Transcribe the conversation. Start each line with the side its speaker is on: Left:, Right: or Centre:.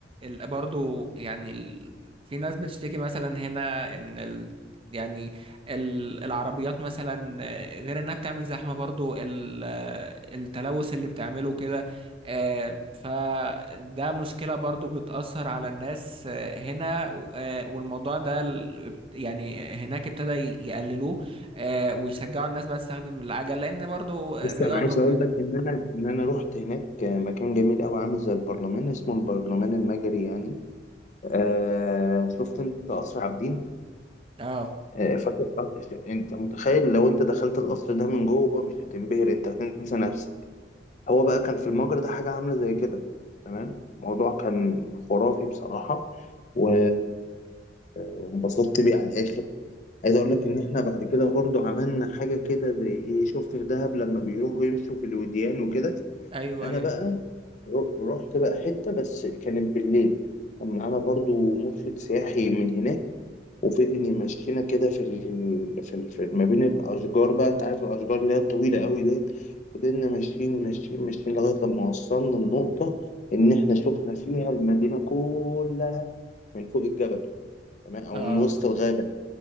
Right: ال برضه يعني ال في ناس بتشتكي مثلا هنا ان ال يعني ال العربيات مثلا آه، غير انها بتعمل زحمة برضو ال آه، التلوث اللي بتعمله كده آه، فده مشكلة برضو بتأثر على الناس آه، هنا آه، والموضوع ده ال- يعني هناك ابتدى ي- يقللوه آه، ويشجعوا الناس بقى تستخدم العجل لان برضو رياضة
Left: لسه انا معاك عايز
Right: وكده
Left: اقول لك ان انا ان انا رحت هناك مكان جميل قوي عامل زي البرلمان اسمه البرلمان المجري يعني آه شفت انت قصر عابدين
Right: اه
Left: آه فاكر قصر- انت متخيل لو انت دخلت القصر ده من جوه مش هتنبهر انت هتنسى نفسك هو بقى كان في المجرى ده حاجه عامله زي كده تمام الموضوع كان خرافي بصراحه و- وانبسطت بيه على الاخر عايز اقول لك ان احنا بعد كده برضو عملنا حاجه كده زي ايه شفت في دهب لما بيروحوا يمشوا في الوديان وكده
Right: ايوه
Left: انا
Right: ايوه
Left: بقى ر- رحت بقى حته بس كانت بالليل كان معانا برضو مرشد سياحي من هناك وفضل يمشينا كده في ال... في, ال... في ما بين الاشجار بقى انت عارف الاشجار اللي هي الطويله قوي ديت فضلنا ماشيين ماشيين ماشيين لغايه لما وصلنا النقطه ان احنا شفنا فيها المدينه كلها من فوق الجبل تمام او
Right: اه
Left: من وسط الغابه